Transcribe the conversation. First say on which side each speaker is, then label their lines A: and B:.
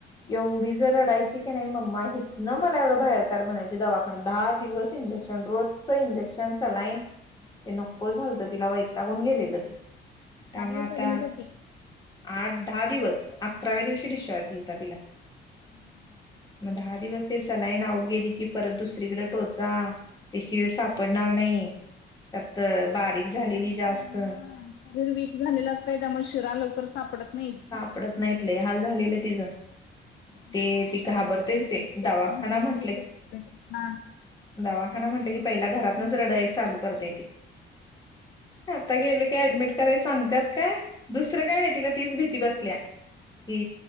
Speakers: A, on the left (about 60°); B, on the left (about 20°).
A: हा.
B: एवढी जर रडायची. नाही मम्मा ह ना मला एवढं बाहेर काढ बनायचे दवाखाना दहा दिवस इंजेक्शन रोज, सो इंजेक्शनसला आहे. ते नको झालत तिला वैतागून गेलेलं ते
A: दहा
B: त्यामुळे
A: दिवस
B: आता,
A: ऍडमिट होती
B: आठ दहा दिवस अकराव्या दिवशी निश्चतीललता तिला,
A: हम्म
B: मग दहा दिवस ते सलाईन आऊट गेली की परत दुसरीकडे टोचा, ते शिर सापडणार नाही त्यातत बारीक झालेली
A: आधीच
B: जास्त,
A: हा शरीर वीक झालेलं असतंय त्यामुळे शिरा लवकर सापडत नाहीत.
B: आपडत नाहीत हल झालेलं तिजं, ते
A: डॉक्टरांना
B: ती घाबरतेस
A: काय ओ हिकडं
B: ते
A: टोचलं
B: दवाखाना
A: हिकडं
B: म्हटलं
A: नाही
B: कि,
A: तर तिकडं टोचला हा
B: दवाखाना म्हटलं की पहिला घरातच रडाई चालू करते ती आता गे ते ऍडमिट कराय सांगतात काय दुसरं काय नाही तिला तीच भीती बसल्या. कि